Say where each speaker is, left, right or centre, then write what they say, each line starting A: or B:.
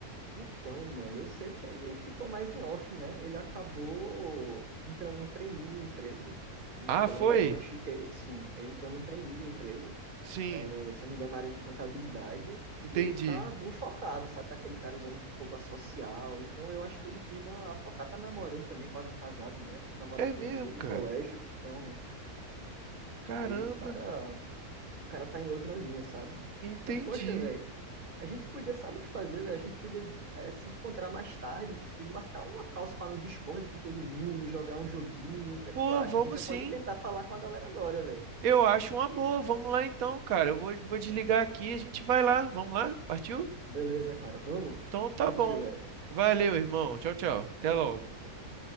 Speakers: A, on the right; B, on the right.
A: Então, mano, eu sei que ele ficou mais em off, né? Ele acabou entrando no trainee de uma empresa. Então,
B: Ah, foi?
A: eu acho que ele, sim, ele entrou no trainee de uma empresa,
B: Sim,
A: eh, se eu não me engano, na área de contabilidade,
B: entendi.
A: e ele tá bem focado, sabe? Tá aquele cara usando roupa social. Então, eu acho que ele quis dar a focar. Tá namorando também, quase casado, né? Namora
B: É
A: com
B: mesmo,
A: Lisa desde
B: cara.
A: o colégio. Então,
B: Caramba,
A: aí o cara o cara tá em outra linha, sabe?
B: entendi.
A: Mas, poxa, velho, a gente podia, sabe o que fazer, velho? A gente podia é, se encontrar mais tarde, tipo, e marcar uma calça para no Discord com todo mundo, jogar um joguinho. O que é
B: Pô,
A: que tu acha?
B: vamos
A: A gente já
B: sim.
A: pode tentar falar com a galera agora, velho.
B: Eu acho uma boa. Vamos lá então, cara. Eu vou, vou desligar aqui e a gente vai lá. Vamos lá? Partiu?
A: Beleza, cara, vamos?
B: Então tá
A: Partiu,
B: bom.
A: velho.
B: Valeu, irmão. Tchau, tchau. Até
A: Valeu,
B: logo.
A: tchau.